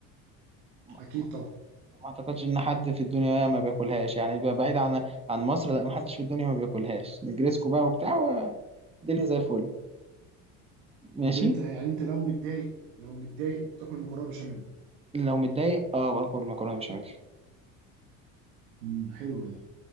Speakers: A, on the right; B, on the right.
A: عليها
B: اكيد طبعا
A: ما اعتقدش ان حد في الدنيا ما بياكلهاش يعني بقى بعيد عن عن مصر لا ما حدش في الدنيا ما بياكلهاش نجريسكو بقى وبتاع والدنيا زي الفل ماشي
B: طب انت يعني انت لو متضايق لو متضايق تاكل مكرونه بشاميل
A: لو متضايق اه باكل مكرونه بشاميل
B: امم حلو ده